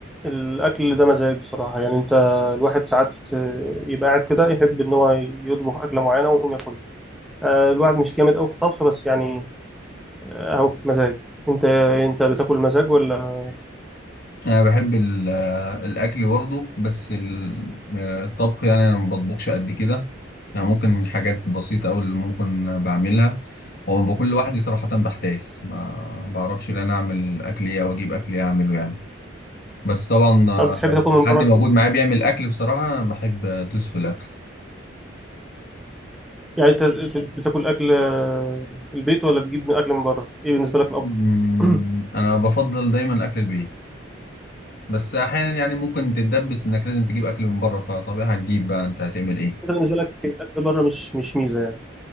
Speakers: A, in the centre; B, on the left.
A: الأكل ده مزاج بصراحة يعني أنت الواحد ساعات يبقى قاعد كده يحب إن هو يطبخ أكلة معينة ويقوم ياكلها آه، الواحد مش جامد أوي في الطبخ بس يعني آه، أهو مزاج أنت أنت بتاكل مزاج ولا
B: انا بحب ال- آه، الاكل برضه بس ال- آه، الطبخ يعني انا ما بطبخش قد كده يعني ممكن حاجات بسيطه أوي اللي ممكن بعملها وما بكون لوحدي صراحه بحتاس ما بعرفش ان انا اعمل اكل ايه او اجيب اكل ايه اعمله يعني بس طبعا آه،
A: طب بتحب
B: لو
A: تاكل من بره
B: حد
A: كتير؟
B: موجود معايا بيعمل اكل بصراحه انا بحب ادوس في الاكل
A: يعني أنت بتاكل أكل آه، البيت ولا تجيب من أكل من بره؟ إيه بالنسبة لك الأفضل؟
B: مم،
A: <clears throat> أنت
B: انا بفضل دايما اكل البيت بس احيانا يعني ممكن تتدبس انك لازم تجيب اكل من بره فطبيعي هتجيب بقى انت هتعمل ايه
A: بالنسبة لك الأكل بره مش مش ميزة يعني